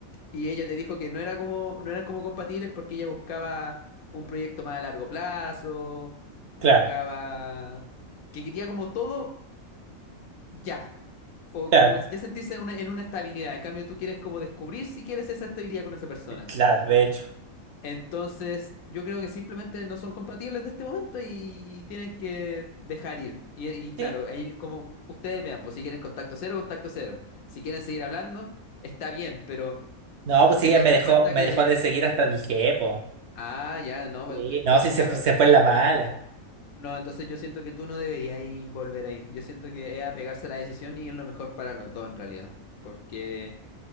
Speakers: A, on the left; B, on the right.
A: y ella te dijo que no era como, no eran como compatibles porque ella buscaba un proyecto más a largo plazo, buscaba
B: Claro,
A: que quería como todo ya, o
B: claro,
A: como ya sentirse una- en una estabilidad. En cambio, tú quieres como descubrir si quieres esa estabilidad con esa persona.
B: claro, de hecho.
A: Entonces, yo creo que simplemente no son compatibles de este momento y, y tienen que dejar ir. Y, y claro,
B: Sí,
A: ahí como ustedes vean, pues si quieren contacto cero, contacto cero. Si quieren seguir hablando, está bien, pero
B: No, pues sí,
A: teniendo
B: ella me dejó,
A: en cuenta
B: me
A: que...
B: dejó de seguir hasta dije, pues.
A: Ah, ya, no, bueno,
B: Sí,
A: ent- entonces
B: no, sí se
A: claro,
B: fue, se fue en la mala.
A: no, entonces yo siento que tú no deberías ir volver ahí. Yo siento que es apegarse a la decisión y es lo mejor para los dos en realidad. Porque...